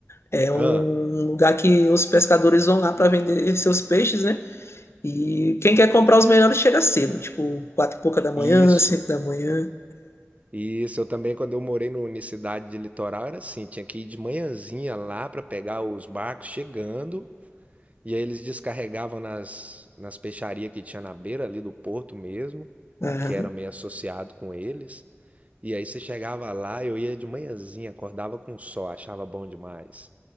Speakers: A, on the left (about 60°); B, on the right (about 30°).
A: É um
B: Ah,
A: lugar que os pescadores vão lá para vender seus peixes, né? E quem quer comprar os melhores chega cedo, tipo, quatro e pouca da manhã,
B: isso.
A: cinco da manhã.
B: Isso. Eu também, quando eu morei no na cidade de Litoral, era assim: tinha que ir de manhãzinha lá pra pegar os barcos chegando. E aí eles descarregavam nas, nas peixarias que tinha na beira ali do porto mesmo,
A: Aham.
B: que era meio associado com eles. E aí você chegava lá, eu ia de manhãzinha, acordava com o sol, achava bom demais.